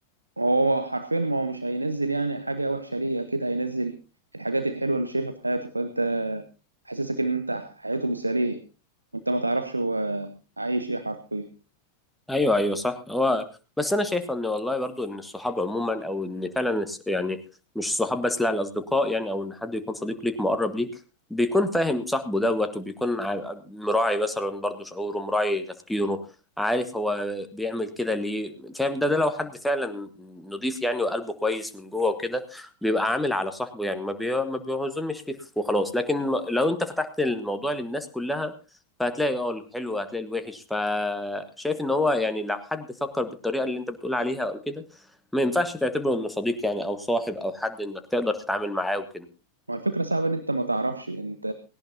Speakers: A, on the right; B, in the centre.
A: هو حرفيا ما هو مش هينزل يعني حاجة وحشة ليه اكيد هينزل الحاجات الحلوة اللي شايفها في حياته فانت حاسسك ان انت حياته مثالية وانت ما تعرفش هو عايش ايه حرفيا
B: ايوه ايوه صح هو بس انا شايف ان والله برضو ان الصحاب عموما او ان فعلا الس- يعني مش الصحاب بس لا الاصدقاء يعني او ان حد يكون صديق ليك مقرب ليك بيكون فاهم صاحبه دوت وبيكون ع- مراعي مثلا برضو شعوره مراعي تفكيره عارف هو بيعمل كده ليه فاهم ده ده لو حد فعلا نضيف يعني وقلبه كويس من جوه وكده بيبقى عامل على صاحبه يعني ما بي ما بيعزمش فيه وخلاص لكن لو انت فتحت الموضوع للناس كلها فهتلاقي اه الحلو هتلاقي الوحش فشايف ان هو يعني لو حد فكر بالطريقه اللي انت بتقول عليها او كده ما ينفعش تعتبره انه صديق يعني او صاحب او حد انك تقدر تتعامل معاه وكده
A: ما الفكرة صعبة ان انت ما تعرفش انت